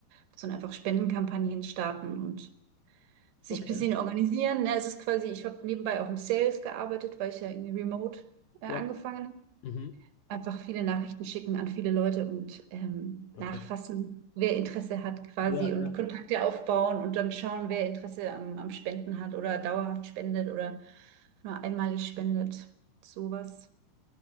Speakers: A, on the right; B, on the left.
A: dass man einfach Spendenkampagnen starten und sich
B: Okay.
A: ein bisschen organisieren. Ne, es ist quasi, ich habe nebenbei auch im Sales gearbeitet, weil ich ja irgendwie remote äh, angefangen
B: Ja. Mhm.
A: einfach viele Nachrichten schicken an viele Leute und ähm,
B: Okay.
A: nachfassen, wer Interesse hat quasi
B: Ja,
A: und
B: ja,
A: Kontakte aufbauen und dann schauen, wer Interesse am, am Spenden hat oder dauerhaft spendet oder nur einmalig spendet. Sowas.